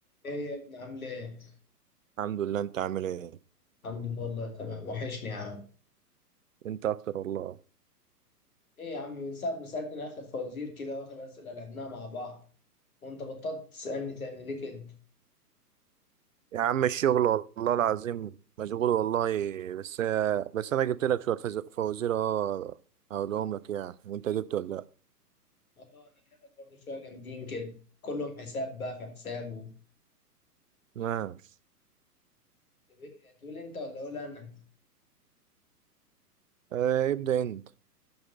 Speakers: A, on the left (about 60°); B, on the right (about 55°).
A: ايه يا ابني عامل ايه؟
B: الحمد لله انت عامل ايه
A: الحمد لله والله تمام وحشني يا عم
B: انت اكتر والله
A: ايه يا عم من ساعة ما سألتني اخر فوازير كده واخر اسئلة لعبناها مع بعض وانت بطلت تسألني تاني ليه كده؟
B: يا عم الشغل والله العظيم مشغول والله بس بس انا جبت لك شويه فز- فوازير اه هقولهم لك يعني وانت جبت ولا لا
A: اه انا جايلك برضه شوية جامدين كده كلهم حساب بقى في حسابه
B: ماشي
A: طب ايه تقول انت ولا اقول انا؟
B: اه ابدا انت